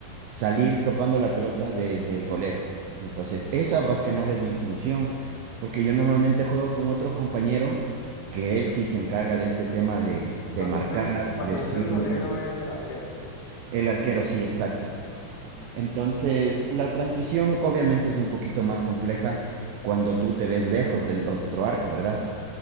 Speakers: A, on the right (about 85°); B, on the left (about 75°).
A: salir topando la pelota desde el golero. Entonces, esa más que nada es mi función, porque yo normalmente juego con otro compañero que él sí se encarga de este
B: Cu-
A: tema de, de
B: Cuando
A: marcar,
B: dices, cuando
A: de destruir
B: dices golero
A: un poquito.
B: es el arquero.
A: El arquero, sí, exacto.
B: Ah, Ok,
A: Entonces, la transición obviamente es un poquito más compleja cuando tú te ves lejos del otro arco, ¿verdad?